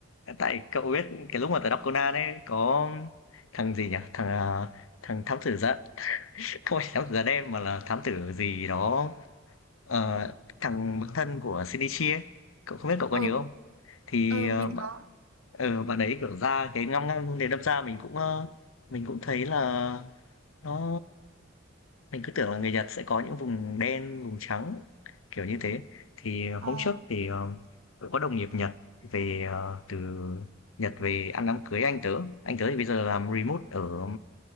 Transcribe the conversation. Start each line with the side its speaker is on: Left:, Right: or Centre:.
Left: Tại cậu biết cái lúc mà tớ đọc Conan ấy có thằng gì nhỉ? Thằng à, thằng thám tử da <laughs> không phải thám tử da đen mà là thám tử gì đó Ờ, thằng bạn thân của Shinichi ấy, cậu không biết cậu có
Right: ờ
Left: nhớ không? Thì
Right: ờ,
Left: ờ,
Right: mình
Left: bạn
Right: có
Left: ờ, bạn ấy kiểu ra cái ngăm ngăm để đâm ra mình cũng ờ, mình cũng thấy là nó mình cứ tưởng là người Nhật sẽ có những vùng đen, vùng trắng kiểu như thế. Thì hôm
Right: ờ
Left: trước thì ờ, tớ có đồng nghiệp Nhật về ờ, từ Nhật về ăn đám cưới anh tớ. Anh tớ thì bây giờ làm remote ở